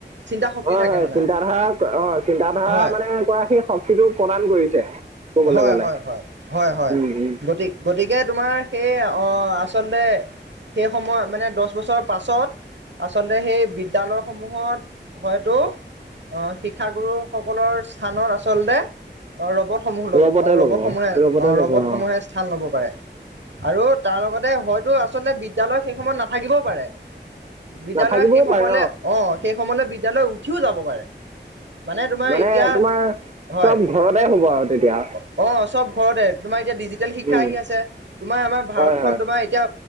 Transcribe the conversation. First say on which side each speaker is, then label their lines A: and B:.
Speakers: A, on the right; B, on the right.
A: চিন্তা শক্তি
B: হয়,
A: থাকে
B: হয়,
A: মানে
B: চিন্তা ধাৰা, অ', চিন্তা ধাৰা
A: হয়
B: মানে, কৰা সেই শক্তিটো প্ৰদান কৰিছে। কবলৈ
A: হয়,
B: গ'লে
A: হয়, হয়, হয়, হয়,
B: উম উম
A: গতি গতিকে, তোমাৰ সেই অ', আচলতে সেই, সময় মানে দহ বছৰ পাছত আচলতে সেই বিদ্যালয় সমূহত হয়তো, শিক্ষাগুৰু সকলৰ স্থানত আচলতে ৰ'বট সমূহ লব
B: ৰবতে
A: অ', ৰবট সমূহে
B: ৰবতে ল'ব অ
A: স্থান ল'ব পাৰে, আৰু তাৰ লগতে হয়টো আচলতে বিদ্যালয়, সেই সময়ত নাথাকিবও পাৰে, বিদ্যালয়
B: নাথাকিবও
A: সেই সময়লৈ
B: পাৰে
A: অ'। সেই সময়লৈ বিদ্যালয়, উঠিও যাব পাৰে।
B: উম,
A: তোমাৰ
B: মানে
A: এতিয়া
B: তোমাৰ,
A: হয়
B: চব ঘৰতে হ'ব আৰু তেতিয়া।
A: অ', চব ঘৰতে, তোমাৰ এতিয়া ডিজিটেল শিক্ষা
B: উম
A: আহি আছে, তোমাৰ আমাৰ ভাৰতখন
B: হয় হয়
A: তোমাৰ এতিয়া